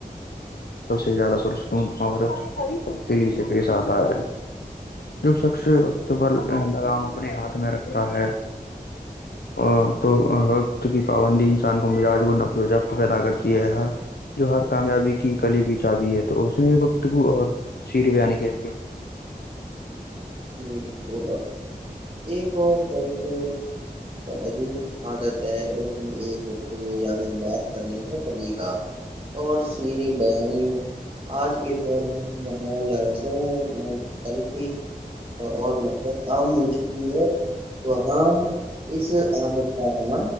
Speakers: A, on the left (about 85°); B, on the right (about 35°).
A: سب سے زیادہ پرسکون اور تبصیلی سے پیش آتا ہے جو سخص وقت پرندگام اپنے ہاتھ میں رکھتا ہے ا تو وقت کی پابندی انسان کو مزاج کو نب و جبت پیدا کرتی ہے جو ہر کامیابی کی کلی ب چاابی ہے تو اس نے گفتگو اور سیر بیان کے
B: ج ایک اور بہت <unintelligible> تو ابھی آادت ہے اس میں ایک و یع بات کرنے کا چلیقا اور سھی بیانی آج کے دور میں ہاں لسا کلف اور نفرت عام ہو چکی ہے تو ہاں اس عدت کا ہونا